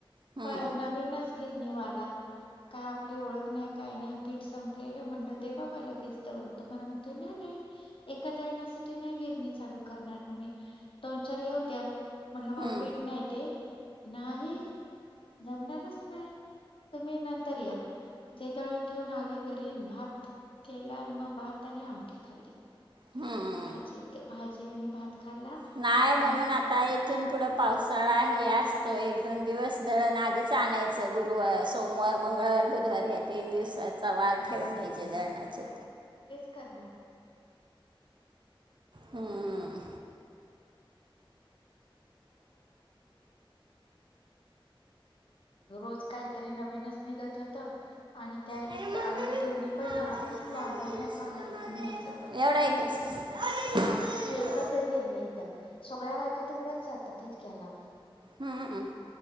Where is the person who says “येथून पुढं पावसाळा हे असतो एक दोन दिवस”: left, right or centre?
Right